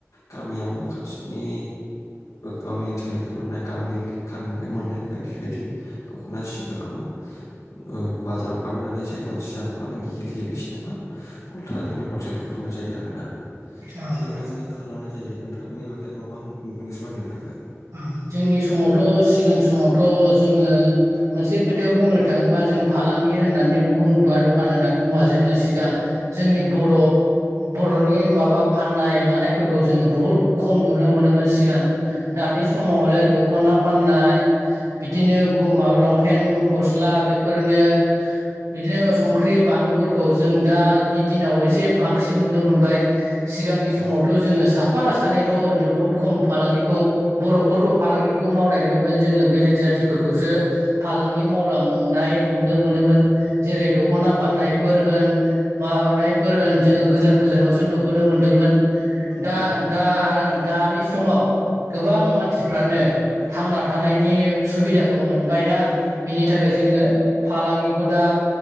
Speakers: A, on the left; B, on the right.
A: गामियावनो खाथिनि गावनि ओनसोलनिफ्राय मोननाय गामि- गामिनिफ्राय मोननाय बायदि बायदि दख'ना सिफोर खोमा ओ- बाजाराव फाननानै जाय मानसिया फालांगि गेलेयो मा उल्था ओरैनो हलसेल हरनाय जायो आरोना
B: ओं
A: थिगबायदिनो खालामनाय जायो नोंथाङा बेनि बागै माबा नसो बानदेरनो हागोन
B: <unintelligible> जोंनि समावथ' सिगां समावथ' जोङो मोनसे खोथायाव बुंनो थाङोबा जों फालांगि गि- होननानै बुङोबा दखान होननानै बुङोबा जोङो सिगां जोंनि बर' बर'नि माबा फाननाय मानायफोरखौ जोङो बुहुद खम नुनो मोनोमोन सिगां दानि समाव हलाय दखना फाननाय बिदिनो माबा लंपेन्ट गस्ला बे- ओरैनो बिदिनो संख्रि बानलुफोरखौ जों दानि दिनाव एसे बांसिन नुनो मोनबाय सिगांनि समावथ'
A: औ
B: जोङो साफा सानैल' ओरैनो बहुद खम फालांगिखौ बर'फोरखौ फालांगिखौ मावनाय नुयोमोन जोङो बेलेग जाथिफोरखौसो फालांगि मावलांनाय नुनो मोनोन जेरै दखना फाननायफोर होन मानाय जोङो गोजान गोजानावसो नुबोनो मोनदोंमोन दा-
A: औ
B: दा- आरो दानि समाव गोबां मानसिफ्रानो थांना थानायनि सुबिदाखौ मोनबायना बिनि थाखाय जोङो फालांगिखौदा